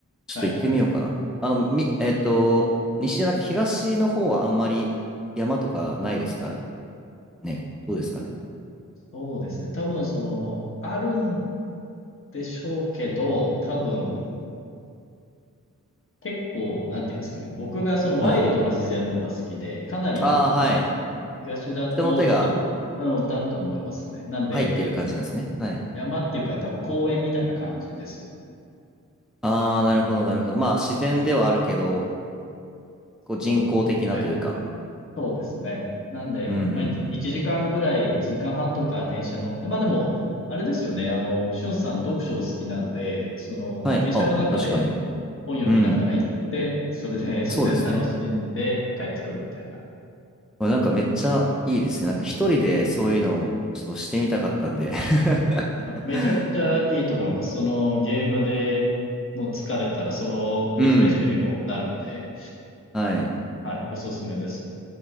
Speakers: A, in the centre; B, on the left (about 40°).
A: ちょっと行ってみようかな。
B: う。はい。
A: あの、み、えっと、西じゃなくて東の方はあんまり山とかないですかね。どうですかね。
B: そうですね。多分その、あるんでしょうけど、多分、結構、なんていうんですかね。僕がそのワイルドな自然の方が好きで、
A: はい。
B: かなり多分、
A: ああ、はい。
B: 東だと、
A: 人の手が
B: とと、うん、だと思いますね。なんで、
A: 入ってる感じなんですね。はい。
B: 山っていうか多分公園みたいな感じですよね。
A: ああ、
B: うん、
A: なるほど、なるほど。まあ、自然ではあるけど、こう人工的なというか。
B: そうね。そうですね。なんで、
A: うんうんうん。
B: まあ、いち1時間ぐらい、1時間半とか電車乗って、まあ、でも、あれですよね、あの、しゅんさん読書お好きなんで、その、
A: はい。
B: 電車の中で
A: あ、確かに。
B: 本読みながら行って、
A: うん。
B: それで自然楽しんで帰ってくるみたいな。
A: そうですね。これなんかめっちゃいいですね。なんか一人でそういうのをちょっとしてみたかったんで <laughs>
B: まあめちゃくちゃいいと思います。そのゲームでの疲れたら、そのリフレッシュにもなるんで、
A: うん。はい。
B: はい、おすすめですね。